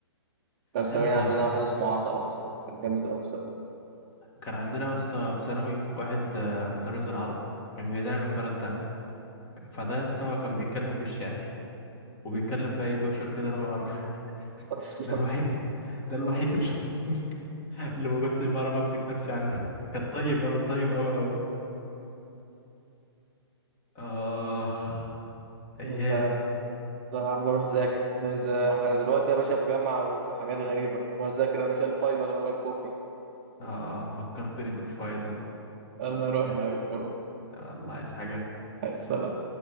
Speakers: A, on the right; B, on the left.
A: كان مسمين
B: يلا
A: عندنا واحد اسمه عطلة بصراحة كان جامد أوي بصراحة
B: كان عندنا يا اسطى في ثانوي واحد آه، مدرس العربي كان جاي لنا من بلد تاني فده يا اسطى كان بيتكلم بالشعر وبيتكلم بقى ايه بيحشر كده روح عربي <laughs>
A: <laughs>
B: ده الوحيد ده الوحيد اللي <laughs> اللي ما كنتش بعرف امسك نفسي عنه كان طيب قوي طيب قوي قوي اه ايام
A: والله لا يا عم بروح أذاكر إذا إحنا دلوقتي يا باشا في جامعة وفي حاجات غريبة روح أذاكر يا باشا الفاينل وراك بكرة
B: اه فكرتني بالفاينل
A: يلا روح يا حبيبي روح
B: يا الله عايز حاجه
A: السلام